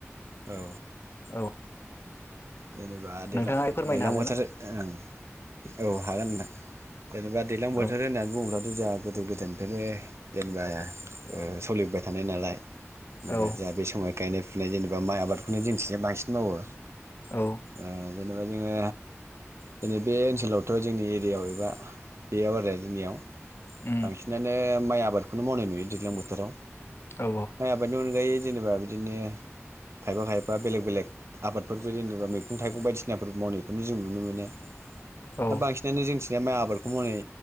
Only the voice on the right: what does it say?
औ
जेनेबा दैलांङाव
दैलां
बोथोर
ओं औ हागोन नोंथां जेनेबा दैलां बोथोर
होननानै बुङोब्लाथ' जा गोदो गोदायनिफ्रायनो जेनेबा ओ सोलिबोय थानाय नालाय बेबा
दा बे समाव गायनाय फुनाय जेनेबा माइ आबादखौनो जोंनिथिंजाय बांसिन मावो
ओ जेनेबा जोङो जोंनि बे ओनसोलावथ' जोंनि एरियायाव एबा बेयाव आरो जोंनियाव
बांसिनानो माइ आबादखौनो मावनाय नुयो दैज्लां बोथोराव
माइ आबादनि अनगायै जेनेबा बिदिनो खायफा खायफा बेलेग बेलेग आबादफोरबो जेनेबा मैगं थाइगं बायदिसिनाफोर मावनायखौनो जों नुनो मोनो
दा बांसिनानो जोंनि जे माइ आबादखौ मावनाय